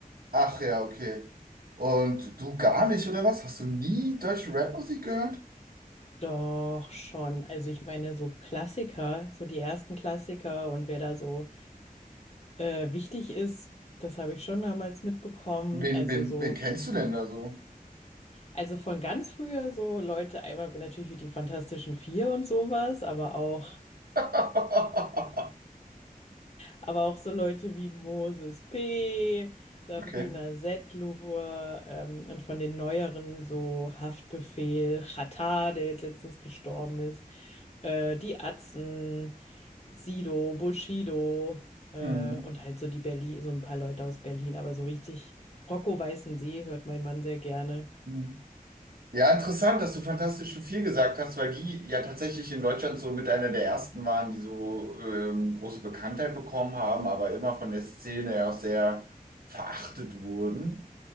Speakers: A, on the right; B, on the left.
A: Ach ja, okay. Und du gar nicht, oder was? Hast du nie deutsche Rapmusik gehört?
B: Doch schon. Also ich meine, so Klassiker, so die ersten Klassiker und wer da so äh, wichtig ist, das habe ich schon damals mitbekommen.
A: Wen,
B: Also
A: wen,
B: so,
A: wen kennst du denn da so?
B: also von ganz früher so Leute, einmal natürlich wie die Fantastischen Vier und sowas, aber auch.
A: <laughs>
B: Aber auch so Leute wie Moses P., Sabrina
A: Okay.
B: Setlur ähm, und von den neueren so Haftbefehl, Xatar, der jetzt letztens gestorben ist, äh, die Atzen, Sido, Bushido äh,
A: Hm.
B: und halt so die Berlin, so ein paar Leute aus Berlin, aber so richtig Rocco Weißensee hört mein Mann sehr gerne.
A: Hm. Ja, interessant, dass du Fantastischen Vier gesagt hast, weil die ja tatsächlich in Deutschland so mit einer der ersten waren, die so ähm, große Bekanntheit bekommen haben, aber immer von der Szene ja auch sehr verachtet wurden,